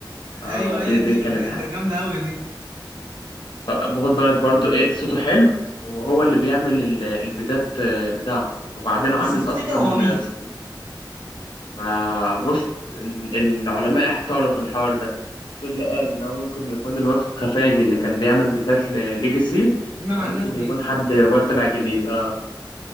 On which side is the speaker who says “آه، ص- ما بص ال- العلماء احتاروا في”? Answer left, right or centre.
Left